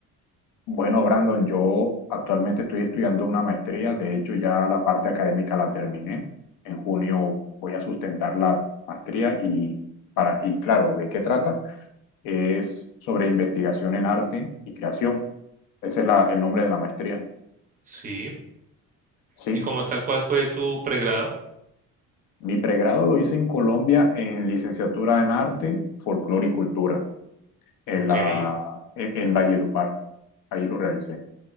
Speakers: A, on the left (about 80°); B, on the right (about 25°).
A: Bueno, Brandon, yo actualmente estoy estudiando una maestría, de hecho ya la parte académica la terminé. En junio voy a sustentar la maestría y, para, y claro, ¿de qué trata? Es sobre investigación en arte y creación. Ese es la- el nombre de la maestría.
B: Sí.
A: Sí,
B: ¿Y como tal, cuál fue tu pregrado?
A: mi pregrado lo hice en Colombia en licenciatura en arte, folclore y cultura, en
B: Ok,
A: la, en, en Valledupar. Ahí lo realicé.